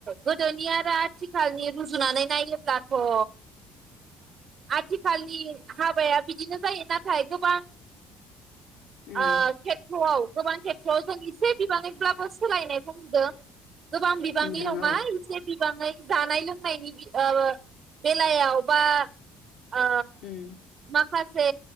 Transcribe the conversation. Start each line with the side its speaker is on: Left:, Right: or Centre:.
Right: गोदोनि आरो आथिखालनि रुजुनानै नायोब्लाथ' ओ आथिखालनि हाबाया बिदिनो जायो नाथाय गोबां
Left: उम
Right: ओ खेथ्रआव गोबां खेथ्रआव जों एसे बिबाङैब्लाबो सोलायनायखौ नुदों। गोबां बिबांनि
Left: नुदों
Right: नङा
Left: औ
Right: एसे बिबाङै जानाय लोंनायनि ओ बेलायाव बा आ
Left: उम
Right: मा माखासे